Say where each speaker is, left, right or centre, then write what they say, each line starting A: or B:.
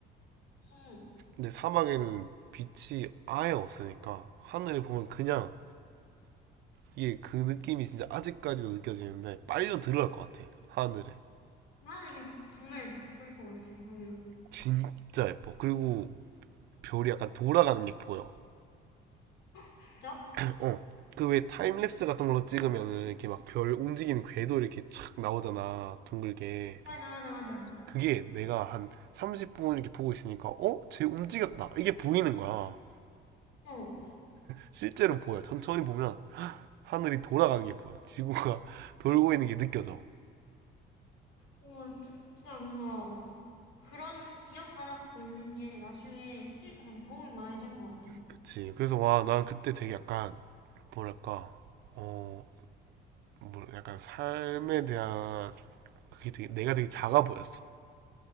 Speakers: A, on the left; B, on the right.
A: 그치.
B: 근데 사막에는 빛이 아예 없으니까 하늘을 보면 그냥 이게 그 느낌이 진짜 아직까지도 느껴지는데 빨려 들어갈 것 같아 하늘에
A: 엄마들이 정말 예쁠 것 같아, 그러면.
B: 진짜 예뻐 그리고 별이 약간 돌아가는 게 보여
A: 진짜?
B: <laughs> 어 그 왜 타임랩스 같은 걸로 찍으면은 이렇게 막 별 움직이는 궤도 이렇게 착 나오잖아 둥글게
A: 맞아, 맞아, 맞아.
B: 그게 내가 한 30분 이렇게 보고 있으니까 어? 쟤 움직였다 이게 보이는 거야
A: 어,
B: 실제로 보여 천천히 보면 하늘이 돌아가는 게 보여 지구가 <laughs> 돌고 있는 게 느껴져
A: 와, 진- 진짜 뭔가 그런 기억 하나 갖고 있는 게 나중에 힘들 때 되게 도움이 많이 될 것 같아.
B: 그치. 그래서 와, 난 그때 되게 약간, 뭐랄까, 어, 뭐, 약간 삶에 대한, 그게 되게, 내가 되게 작아 보였어.